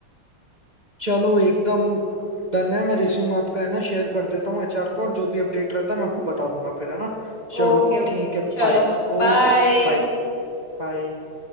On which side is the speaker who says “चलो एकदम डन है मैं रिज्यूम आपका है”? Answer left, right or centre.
Right